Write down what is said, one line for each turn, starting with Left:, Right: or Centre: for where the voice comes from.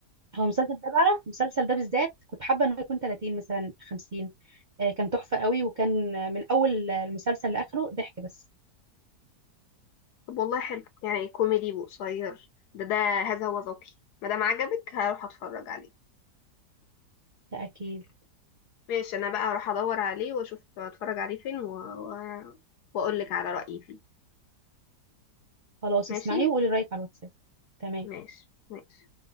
Right: هو المسلسل ده بقى المسلسل ده بالذات كنت حابه انه يكون 30 مثلا 50 آه، كان تحفه قوي وكان آه، من اول آه، المسلسل لاخره ضحك بس
Left: طب والله حلو يعني كوميدي وقصير ده ده هذا هو ذوقي ما دام عجبك هروح اتفرج عليه
Right: ده اكيد
Left: ماشي انا بقى هروح ادور عليه واشوف اتفرج عليه فين و... و... واقول لك على رايي فيه
Right: خلاص
Left: ماشي
Right: اسمعيه وقولي رايك على الواتساب تمام
Left: ماشي ماشي